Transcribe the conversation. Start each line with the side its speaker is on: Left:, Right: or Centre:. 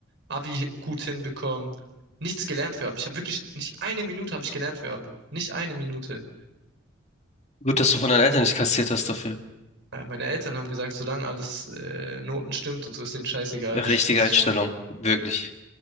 Right: Abi gut hinbekommen, nichts gelernt für Abi. Ich habe wirklich, nicht eine Minute habe ich gelernt für Abi, nicht eine Minute.
Left: Gut, dass du von deinen Eltern nicht kassiert hast dafür.
Right: Äh, Meine Eltern haben gesagt, solange alles äh, Noten stimmt und so ist denen scheißegal,
Left: Richtige
Right: was ich, was
Left: Einstellung.
Right: ich mache.
Left: Wirklich.